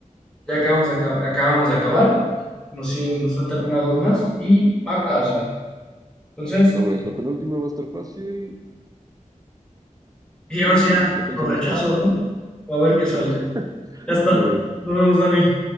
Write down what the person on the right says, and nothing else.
Sobre, la penúltima va a estar fácil
y
ya pensaremos
en la última.
Va.
Sobre.